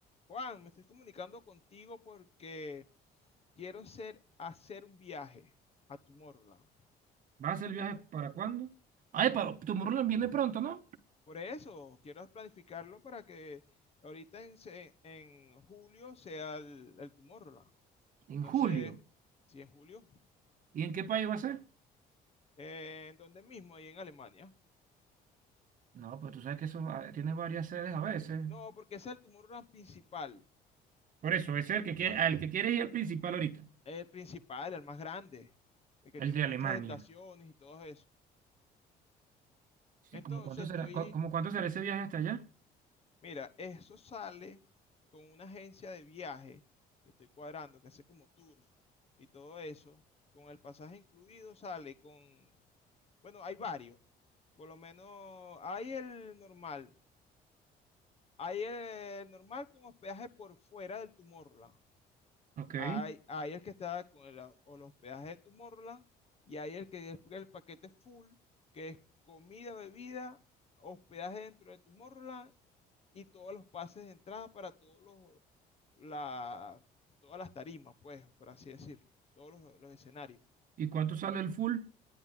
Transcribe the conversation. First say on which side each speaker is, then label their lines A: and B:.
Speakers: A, on the left; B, on the right.
A: Juan, me estoy comunicando contigo porque quiero hacer, hacer un viaje a Tomorrowland.
B: ¿Va a hacer el viaje para cuándo? Ay, pero Tomorrowland viene pronto, ¿no?
A: Por eso, quiero planificarlo para que ahorita en, se- en julio sea el, el Tomorrowland.
B: En
A: Entonces,
B: julio.
A: si en julio,
B: ¿Y en qué país va a ser?
A: eh, ¿en dónde mismo? Ahí en Alemania.
B: No, pues tú sabes que eso ah, tiene varias sedes a veces.
A: No, porque ese es el Tomorrowland principal.
B: Por eso, ese es el que quiere,
A: Juan,
B: al que quiere ir al principal ahorita,
A: el principal, el más grande, el que
B: el
A: tiene
B: de
A: muchas
B: Alemania.
A: estaciones y todo eso.
B: Sí,
A: Entonces,
B: ¿cómo cuánto
A: estoy
B: será, Co- como cuánto será ese viaje hasta allá?
A: Mira, eso sale con una agencia de viaje que estoy cuadrando, que hace como tours y todo eso. Con el pasaje incluido sale con, bueno, hay varios. Por lo menos hay el normal. Hay el normal con hospedaje por fuera del Tomorrowland.
B: Ok.
A: Hay, hay el que está con el, o el hospedaje de Tomorrowland y hay el que es el paquete full, que es comida, bebida, hospedaje dentro de Tomorrowland y todos los pases de entrada para todos los, la, todas las tarimas, pues, por así decirlo, todos los, los escenarios.
B: ¿Y cuánto sale el full?